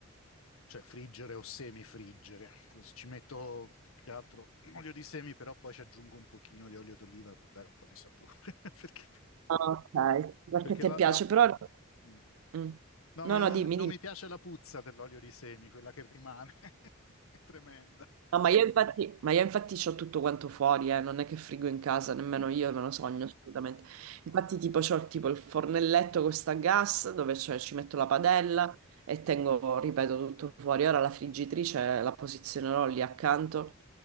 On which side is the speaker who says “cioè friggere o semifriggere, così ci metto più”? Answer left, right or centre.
Left